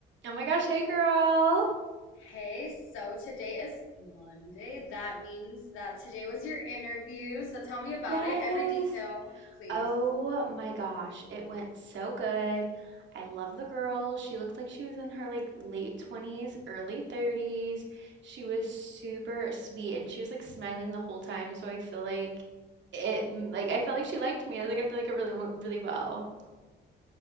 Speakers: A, on the right (about 65°); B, on the left (about 85°).
A: Oh my gosh, hey girl.
B: Hey, so today is Monday. That means that today was your interview. So tell me about
A: Yes.
B: it, every detail, please.
A: Oh my gosh, it went so good. I love the girl. She looked like she was in her like late 20s, early 30s. She was super sweet and she was like smiling the whole time, so I feel like it mm, like I felt like she liked me. I was like I feel like it really went really well.